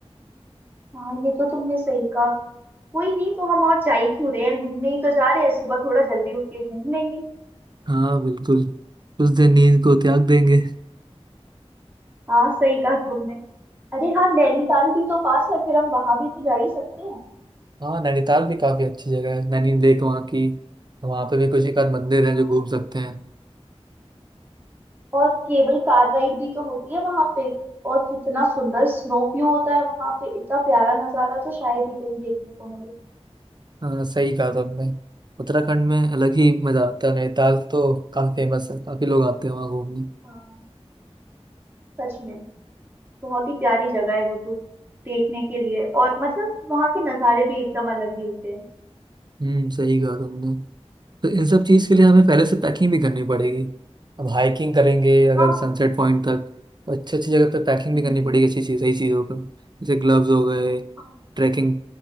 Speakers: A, on the right; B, on the right.
A: हाँ ये तो तुमने सही कहा कोई नहीं तो हम और जा ही क्यों रहे हैं घूमने ही तो जा रहे हैं सुबह थोड़ा जल्दी उठ के घूम लेंगे
B: हाँ बिल्कुल उस दिन नींद को त्याग देंगे
A: हाँ सही कहा तुमने अरे हाँ नैनीताल भी तो पास है फिर हम वहां भी तो जा ही सकते हैं
B: हाँ नैनीताल भी काफी अच्छी जगह है नैनी लेक वहाँ की वहाँ पे भी कुछ एक आध मंदिर है
A: हाँ
B: जो घूम सकते हैं
A: और केबल कार राइड भी तो होती है वहां पे और कितना सुंदर स्नो व्यू होता है वहां पे इतना प्यारा नजारा तो शायद ही कहीं देखने को मिले
B: हाँ सही कहा तुमने उत्तराखंड में अलग ही मजा आता है नैनीताल तो काफी फेमस है काफी लोग आते हैं वहाँ घूमने
A: हाँ सच में बहुत ही प्यारी जगह है वो तो देखने के लिए और मतलब वहां के नज़ारे भी एकदम अलग ही होते हैं
B: हम्म सही कहा तुमने तो इन सब चीज़ के लिए हमें पहले से पैकिंग भी करनी पड़ेगी अब हाइकिंग करेंगे अगर
A: हाँ
B: सनसेट पॉइंट तक तो अच्छी अच्छी जगह पे पैकिंग
A: हम्म,
B: भी करनी पड़ेगी अच्छी चीज़ सही चीज़ों पर जैसे ग्लव्स हो गए
A: हाँ,
B: ट्रैकिंग